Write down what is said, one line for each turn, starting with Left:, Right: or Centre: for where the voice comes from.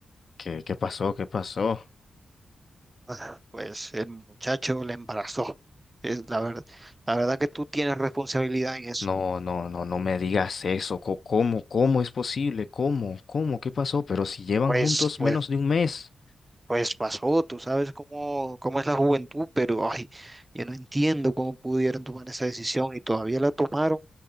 Left: ¿Qué, qué pasó? ¿Qué pasó?
Right: Ah, Pues el muchacho le embarazó. Es la verdad, la verdad que tú tienes responsabilidad en eso.
Left: No, no, no, no me digas eso. Co- ¿Cómo, cómo es posible? ¿Cómo, cómo? ¿Qué pasó? Pero si llevan
Right: Pues,
Left: juntos
Right: pues,
Left: menos de un mes.
Right: pues pasó, tú sabes cómo, cómo es la juventud, pero ay, yo no entiendo cómo pudieron tomar esa decisión y todavía la tomaron